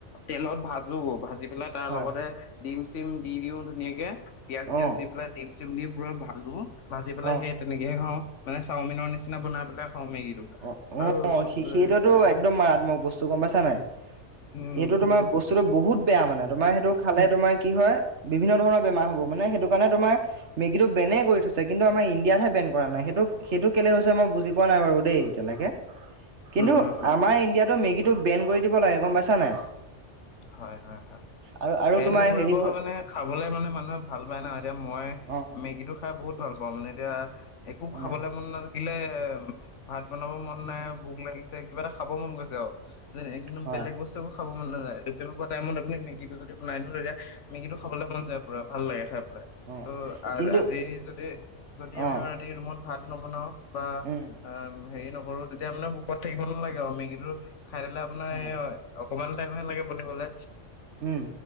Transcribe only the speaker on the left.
তেলত ভাজো, ভাজি পেলাই তাৰ
লগতে ডিম - চিম দি দিও ধুনীয়াকে, পিয়াজ
- চিয়াজ দি পেলাই ডিম - চিম দি পুৰা ভাজো, ভাজি পেলাই
সেই তেনেকেহে খাওঁ মানে চাওমিনৰ নিচিনা বনাই পেলাই খাওঁ মেগীটো।
আৰু
চ-
এ
উম
উম উম
হয় হয় হয়,
বেন
কৰিব
মানে খাবলে মানে মানুহে ভাল পায় ন এতিয়া মই
মেগীটো খাই বহুত ভাল পাওঁ মানে এতিয়া একো খাবলে
মন নালা গিলে ভাত বনাব মন নাই, ভোক লাগিছে কিবা এটা খাব মন গৈছে আৰু যেনে এক যোনটো
বেলেগ বস্তু একো খাব মন নাযায়। তে তেনেকুৱা টাইমত আপুনি মেগীটো যদি বনাই লৈ যায়, মেগীটো খাবলৈ মন যায় পুৰা ভাল লাগে খাই পেলাই।
ত' আ
আজি যদি যদি আমি
ৰাতি ৰুমত ভাত নবনাও বা
অ হেৰি নকৰো তেতিয়া মানে ভুকত থাকিব নালাগে আৰু মেগীটো খাই ললে আপোনাৰ
এ অ অকমান টাইমহে লাগে বনিবলে,